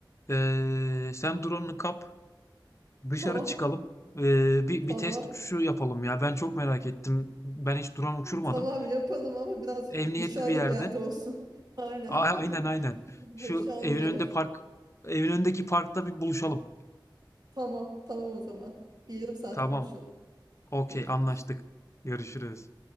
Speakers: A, on the left (about 35°); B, on the right (about 55°).
A: E, sen drone'unu kap, dışarı
B: Tamam.
A: çıkalım. E, bir, bir
B: Tamam.
A: test uçuşu yapalım ya. Ben çok merak ettim. Ben hiç drone uçurmadım.
B: Tamam yapalım ama biraz
A: Emniyetli
B: dışarıda
A: bir yerde.
B: bir yerde olsun. <laughs> Aynen.
A: A- Aynen
B: <laughs>
A: aynen.
B: Başımıza
A: Şu
B: iş almayalım.
A: evin önünde park, evin önündeki parkta bir buluşalım.
B: Tamam. Tamam o zaman. Bir yarım saate
A: Tamam.
B: buluşalım.
A: Okey,
B: Görüşürüz.
A: anlaştık. Görüşürüz.